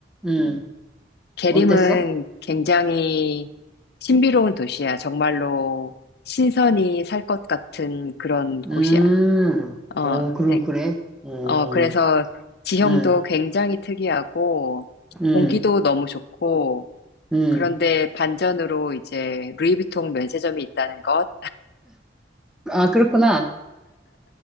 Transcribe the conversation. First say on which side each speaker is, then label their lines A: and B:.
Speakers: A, in the centre; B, on the left (about 60°).
A: 음.
B: 음. 게림은
A: 어땠어?
B: 굉장히 신비로운 도시야. 정말로 신선히 살 것 같은 그런
A: 음,
B: 곳이야. 어,
A: 어, 그럼,
B: 네.
A: 그래. 어,
B: 어, 그래서 지형도
A: 응,
B: 굉장히 특이하고
A: 응,
B: 공기도 너무 좋고
A: 응.
B: 그런데 반전으로 이제 루이비통 면세점이 있다는 것.
A: 아, 그렇구나.